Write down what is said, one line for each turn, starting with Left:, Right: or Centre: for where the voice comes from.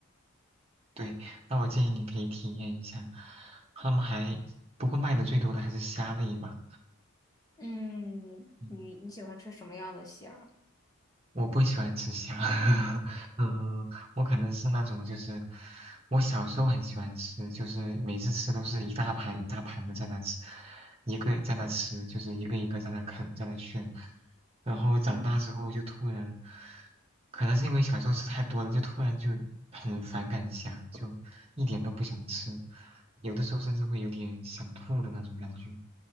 Right: 对，那我建议你可以体验一下。他们还，不过卖的最多的还是虾类吧。
Left: 嗯，
Right: 嗯
Left: 你你喜欢吃什么样的虾？
Right: 我不喜欢吃虾，<laughs> 嗯，我可能是那种就是，我小时候很喜欢吃，就是每次吃都是一大盘一大盘的在那吃，一个在那吃，就是一个一个在那啃，在那炫，然后长大之后就突然，
Left: 嗯，
Right: 可能是因为小时候吃太多了，就突然就很反感虾，就一点都不想吃，有的时候甚至会有点想吐的那种感觉，